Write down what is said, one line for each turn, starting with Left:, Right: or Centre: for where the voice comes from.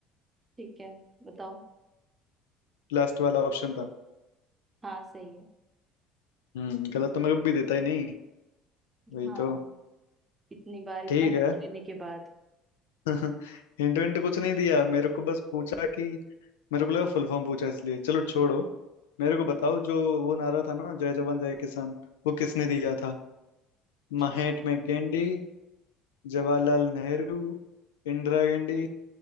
Right: ठीक है बताओ
Left: लास्ट वाला ऑप्शन था
Right: हाँ सही है
Left: हम्म गलत तो मैं कभी देता ही नहीं
Right: हाँ
Left: वही तो
Right: इतनी बार इतना
Left: ठीक
Right: हिंट
Left: है
Right: लेने के बाद
Left: <laughs> हिंट विंट कुछ नहीं दिया मेरे को बस पूछा कि मेरे को लगा फुल फॉर्म पूछा इसलिए चलो छोड़ो मेरे को बताओ जो वो नारा था ना जय जवान जय किसान वो किसने दिया था
Right: जय
Left: महात्मा में गांधी जवाहरलाल
Right: हाँ,
Left: नेहरू इंदिरा गांधी